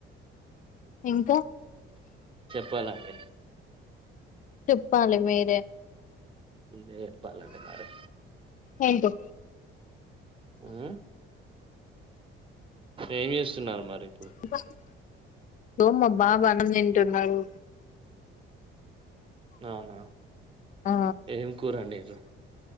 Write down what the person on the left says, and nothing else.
ఇంకా
చెప్పాలి మీరే
ఏంటి
<unintelligible> పోమ్మా బాబు అన్నం తింటున్నాడు
ఆ